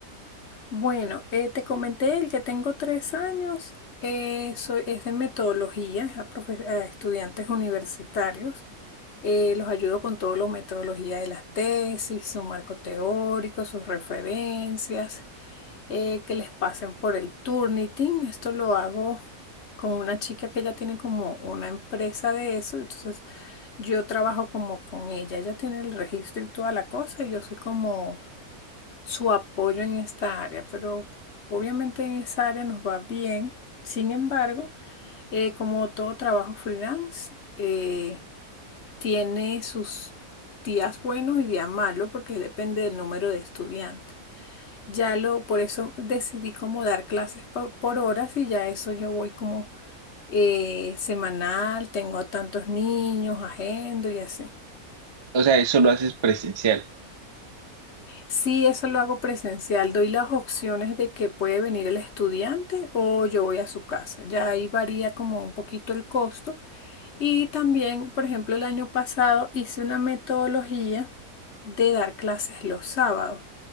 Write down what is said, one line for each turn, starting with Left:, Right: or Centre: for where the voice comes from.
Left: Bueno, eh, te comenté el que tengo tres años, eh, soy, es de metodología, es a, profe- a estudiantes universitarios. eh, los ayudo con toda la metodología de las tesis, su marco teórico, sus referencias, eh, que les pasen por el Turnitin. Esto lo hago con una chica que ya tiene como una empresa de eso, entonces yo trabajo como con ella. Ella tiene el registro y toda la cosa y yo soy como su apoyo en esta área, pero obviamente en esa área nos va bien. Sin embargo, eh, como todo trabajo freelance, eh, tiene sus días buenos y días malos porque depende del número de estudiantes. Ya lo, por eso decidí como dar clases por, por horas y ya eso yo voy como eh, semanal, tengo a tantos niños, agendo y así.
Right: O sea, eso lo haces presencial,
Left: Sí, eso lo hago presencial. Doy las opciones de que puede venir el estudiante o yo voy a su casa. Ya ahí varía como un poquito el costo. Y también, por ejemplo, el año pasado hice una metodología de dar clases los sábados.